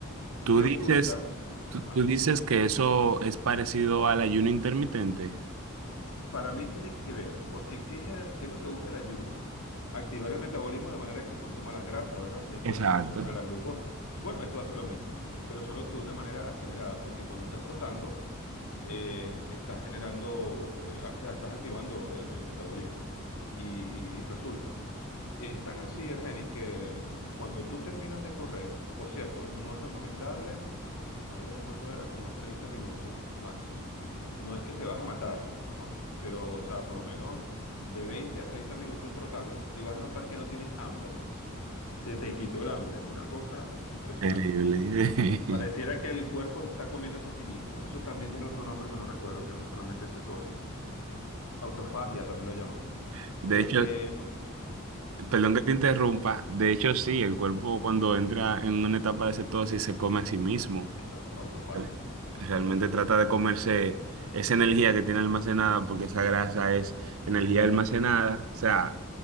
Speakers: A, on the left; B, on the right.
A: Resulta,
B: Tú dices, tú,
A: ajá.
B: tú dices que eso es parecido al ayuno intermitente.
A: Para mí tiene que ver, porque ¿qué es, el- qué es lo que busca el ayuno? Activar el metabolismo de manera que consuma las grasas, ¿verdad? Después
B: Exacto.
A: que consuma la glucosa. Bueno, esto hace lo mismo, pero solo que de una manera acelerada, porque cuando estás trotando, eh, estás generando, eh, ac- estás activando el, el metabolismo. Y, y- y resulta, es tan así, Ergenis, que cuando tú terminas de correr, por cierto, no es recomendable a ver, ¿cuánto era? Como 30 minutos máximo. No es que te vas a matar, ¿no? Pero, o sea, por lo menos de 20 a 30 minutos trotando y vas a notar que no tienes hambre. Se te quitó el hambre. Es una cosa impresionante.
B: Terrible.
A: Pareciera que el cuerpo está comiéndose a sí mismo. Eso también tiene otro nombre que no recuerdo, que no solamente es cetosis. Autofagia también lo llaman.
B: <laughs>
A: Este,
B: De hecho, perdón
A: sí,
B: que te interrumpa. De hecho, sí, el cuerpo cuando entra en una etapa de cetosis se come a sí mismo.
A: exacto, autofagia.
B: Re- Realmente trata de comerse esa energía que tiene almacenada, porque esa grasa es energía almacenada, o sea,